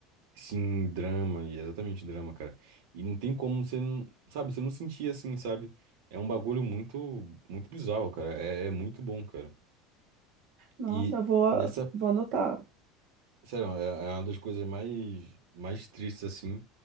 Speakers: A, on the right (about 70°); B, on the right (about 45°).
A: sim, drama, e é exatamente drama, cara. E não tem como você não, sabe, você não sentir assim, sabe? É um bagulho muito, muito bizarro, cara. É, é muito bom, cara.
B: Nossa,
A: E
B: eu vou,
A: nessa,
B: vou anotar.
A: sério, é, é uma das coisas mais, mais tristes, assim,